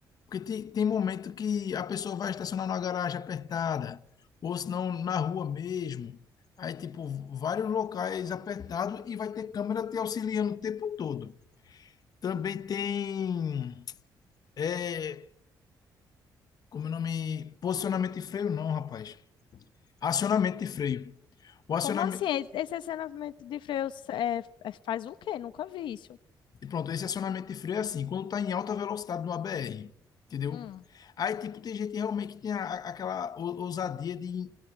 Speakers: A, on the left; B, on the left.
A: Porque tem, tem momento que a pessoa vai estacionar numa garagem apertada, ou se não na rua mesmo. Aí, tipo, vários locais apertados e vai ter câmera te auxiliando o tempo todo. Também tem, é, como é o nome? Posicionamento de freio, não, rapaz. Acionamento de freio. O acionamento,
B: Como assim? Esse esse acionamento de freios é, é- faz o quê? Nunca vi isso.
A: E pronto, esse acionamento de freio é assim, quando tá em alta velocidade no ABR, entendeu?
B: Hum.
A: Aí, tipo, tem gente realmente que tem a- a- aquela ou- ousadia de,